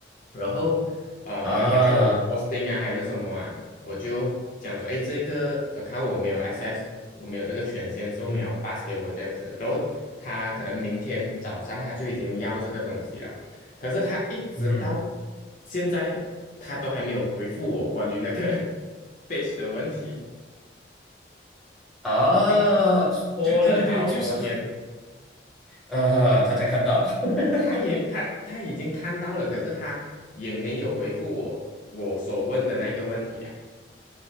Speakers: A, on the left; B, in the centre.
A: 然后呃，可能他叫我
B: 啊
A: posting 啊还是什么啊，我就讲说，哎，这个呃，看我没有 access，我没有这个权限，所以你要
B: 嗯哼
A: pass 给我这样子，然后他可能明天早上他就已经要这个东西了。可是他一直到
B: 嗯哼
A: 现在，他都还没有回复我关于那个 <laughs> page 的问题，
B: 啊，
A: 已经拖了好多天。
B: 对对对对，就是呃，他才看到，<laughs>
A: 他也他他已经看到了，可是他也没有回复我我所问的那个问题啊